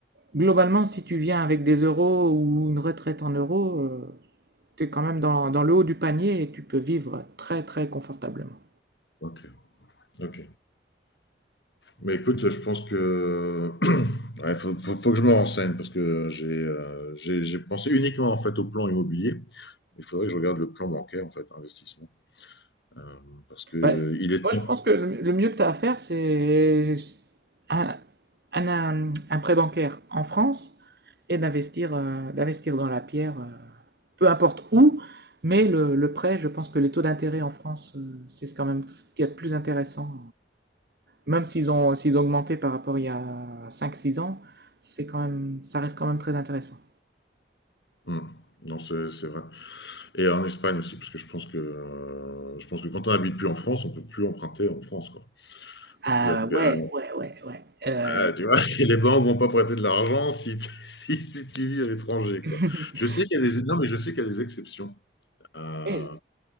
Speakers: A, on the right (about 60°); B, on the left (about 80°).
A: globalement, si tu viens avec des euros ou une retraite en euros, euh, tu es quand même dans, dans le haut du panier et tu peux vivre très, très confortablement.
B: ok, ok. Mais écoute, je pense que <coughs> <clears throat> il faut, faut- faut que je me renseigne parce que j'ai euh, j'ai j'ai pensé uniquement en fait au plan immobilier. Il faudrait que je regarde le plan bancaire en fait, investissement, Euh, parce que
A: Ouais.
B: il est
A: Moi,
B: temps.
A: je pense que le, le mieux que tu as à faire, c'est un, un, un- un prêt bancaire en France et d'investir euh, d'investir dans la pierre, euh, peu importe où, mais le, le prêt, je pense que les taux d'intérêt en France, euh, c'est quand même ce qu'il y a de plus intéressant. Même s'ils ont, s'ils ont augmenté par rapport à il y a cinq six ans, c'est quand même, ça reste quand même très intéressant.
B: Hum. Non, c'est c'est vrai. Et en Espagne aussi, parce que je pense que, euh, je pense que quand on n'habite plus en France, on ne peut plus emprunter en France. Quoi.
A: Ah
B: C'est-à-dire que,
A: ouais,
B: euh,
A: ouais. euh,
B: ah, tu vois, <laughs> si les banques ne vont pas prêter de l'argent si, t- <laughs> si, si tu vis à l'étranger.
A: <laughs>
B: Quoi. Je sais qu'il y a des, non, mais je sais qu'il y a des exceptions. Euh,
A: et